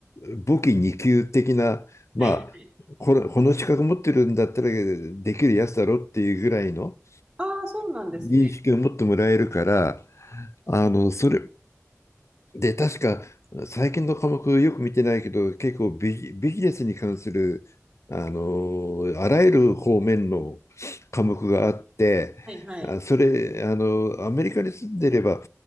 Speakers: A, on the left (about 65°); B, on the right (about 15°).
A: 簿記二級的な、まあ、
B: はいはい
A: これ、この資格持ってるんだったらできるやつだろっていうぐらいの、
B: ああ、そうなんですね。
A: 認識を持ってもらえるから、あの、それ、で、確か、最近の科目よく見てないけど、結構ビジ、ビジネスに関する、あの、あらゆる方面の科目があって、
B: はいはい。
A: あ、それ、あの、アメリカに住んでれば、